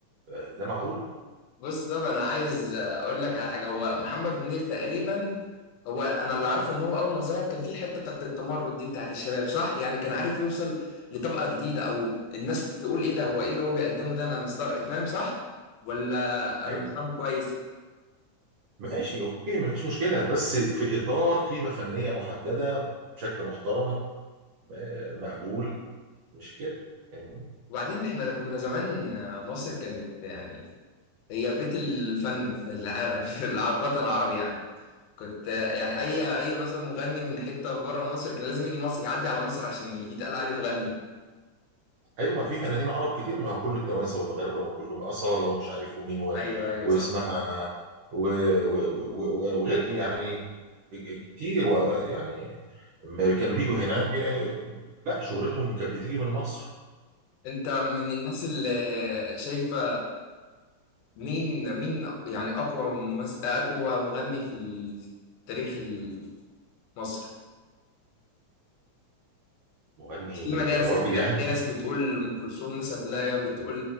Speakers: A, on the right; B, on the left.
A: آه، ده معقول
B: بص طب انا عايز اقول لك على حاجة هو محمد منير تقريبا هو انا اللي عارفه ان هو اول ما ظهر كان في حته بتاعت التمرد دي بتاعت الشباب صح يعني كان عارف يوصل لطبقه جديده او الناس تقول ايه ده هو ايه اللي هو بيقدمه ده انا مستغرب فاهم صح ولا انا
A: ايوه
B: مش فاهم كويس
A: ماشي اوكي مفيش مشكله بس في اطار قيمه فنيه محدده بشكل محترم آه، مقبول مش كده فاهمني
B: وبعدين احنا كنا زمان آه، مصر كانت يعني هي بيت الفن في العالم <laughs> في الع- في الوطن العربي يعني كنت آه، يعني اي اي مثلا مغني من حته بره مصر كان لازم يجي مصر يعدي على مصر عشان يتقال عليه مغني
A: ايوه ما في فنانين عرب كتير ما هو كله التوانسه والمغاربه ما كلهم اصاله ومش عارف ومين و...
B: ايوه ايوه
A: واسمها
B: صح
A: و... و... و... و- وغير يعني كتير و... يعني لما كانوا بيجوا هنا بي... لا شهرتهم كانت بتيجي من مصر
B: انت من الناس اللي شايفه مين مين يعني أقوى ممثل أقوى مغني في ال- تاريخ ال- مصر
A: المغني
B: في مدارس
A: راجل
B: كتير
A: يعني
B: هتلاقي ناس بتقول أم كلثوم ناس هتلاقي بتقول